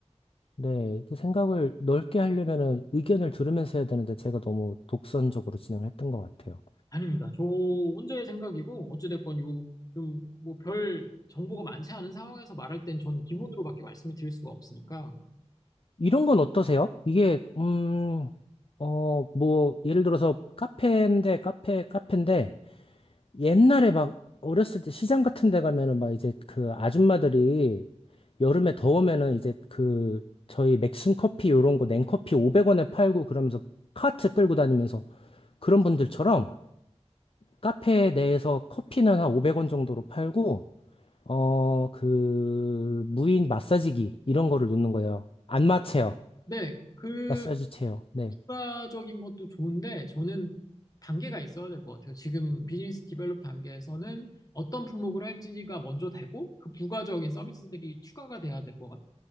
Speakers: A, on the left (about 55°); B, on the left (about 30°).
A: 네, 이렇게 생각을 넓게 하려면은 의견을 들으면서 해야 되는데 제가 너무 독선적으로 진행을 했던 것 같아요.
B: 아닙니다. 저 혼자의 생각이고, 어찌됐건 요, 좀, 뭐, 별 정보가 많지 않은 상황에서 말할 땐 전 기본으로밖에 말씀을 드릴 수가 없으니까.
A: 이런 건 어떠세요? 이게 음, 어, 뭐 예를 들어서 카페인데 카페 카페인데 옛날에 막 어렸을 때 시장 같은 데 가면은 막 이제 그 아줌마들이 여름에 더우면은 이제 그 저희 맥심 커피 요런 거 냉커피 500원에 팔고 그러면서 카트 끌고 다니면서 그런 분들처럼 카페 내에서 커피는 한 500원 정도로 팔고 어, 그 무인 마사지기 이런 거를 놓는 거예요. 안마 체어,
B: 네, 그,
A: 마사지 체어. 네.
B: 추가적인 것도 좋은데, 저는 단계가 있어야 될 것 같아요. 지금 비즈니스 디벨롭 단계에서는 어떤 품목을 할지가 먼저 되고, 그 부가적인 서비스들이 추가가 돼야 될 것 같아요.